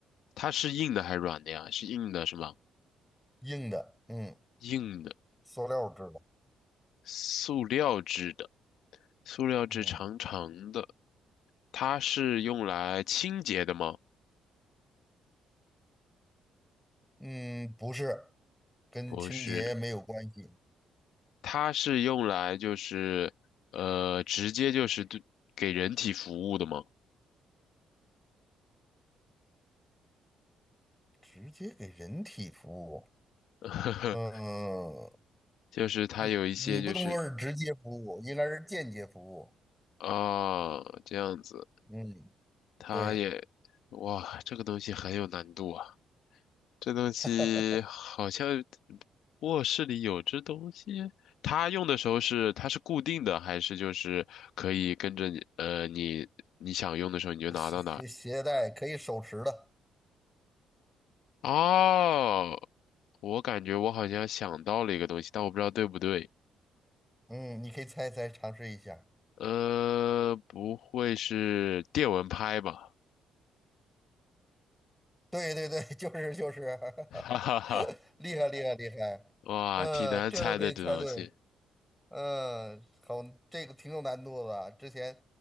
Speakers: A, on the left; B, in the centre.
A: 它是硬的还是软的呀？是硬的，是吗？
B: 硬的，嗯，
A: 硬的，
B: 塑料制的，
A: 塑料制的，塑料制长长的。
B: 嗯
A: 它是用来清洁的吗？
B: 嗯，不是，跟清洁没有关系，
A: 不是，它是用来就是呃，直接就是对给人体服务的吗？
B: 直接给人体服务，
A: <laughs> 呵呵
B: 嗯，
A: 就是它有一些就是
B: 你你不能说是直接服务，应该是间接服务。
A: 啊，这样子，
B: 嗯，
A: 它也哇，
B: 对
A: 这个东西很有难度啊。这东西好像
B: <laughs>，
A: 卧室里有这东西，它用的时候是它是固定的，还是就是可以跟着你呃你你想用的时候你就拿到哪儿？
B: 携携携带可以手持的。
A: 哦，我感觉我好像想到了一个东西，但我不知道对不对。
B: 嗯，你可以猜一猜尝试一下。
A: 呃，不会是电蚊拍吧？
B: 对对对，就是就是，
A: <laughs> 哈哈哈，
B: <laughs> 厉害厉害厉害。
A: 哇，
B: 嗯，
A: 挺难猜的这东西。
B: 这都可以猜对。嗯，好，这个挺有难度的啊之前